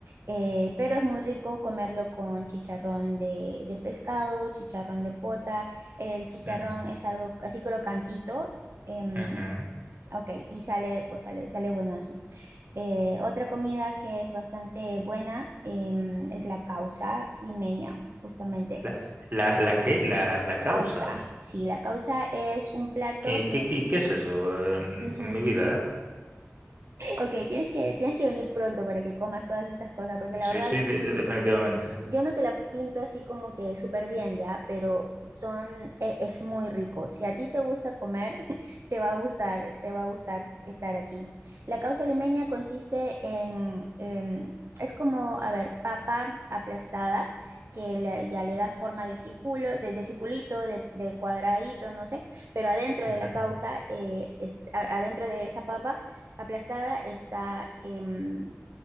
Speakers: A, on the right (about 55°); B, on the right (about 40°).
A: Eh, pero es muy rico comerlo con chicharrón de, de pescado, chicharrón de pota. El chicharrón
B: Ujú,
A: es algo así crocantito. em,
B: ujú.
A: ok, y sale, pues sale, sale buenazo. Eh, otra comida que es bastante buena em, es la causa limeña, justamente.
B: ¿La, la, la qué? ¿La, la causa?
A: Causa, sí, la causa es un plato
B: ¿Qué, qué,
A: que...
B: qué, qué es eso eh, en,
A: ujú,
B: en mi vida, eh?
A: Ok, tienes que, tienes que venir pronto para que comas todas estas cosas, porque la
B: Sí,
A: verdad
B: sí,
A: s-
B: de- de- definitivamente.
A: yo no te la pinto así como que súper bien ya, pero son, e- es muy rico. Si a ti te gusta comer, <laughs> te va a gustar, te va a gustar estar aquí. La causa limeña consiste en, em, es como, a ver, papa aplastada, que le- ya le da forma de círculo, de, de circulito, de, de cuadradito, no sé, pero adentro
B: Ujú.
A: de la causa, eh, es- a- adentro de esa papa aplastada está em,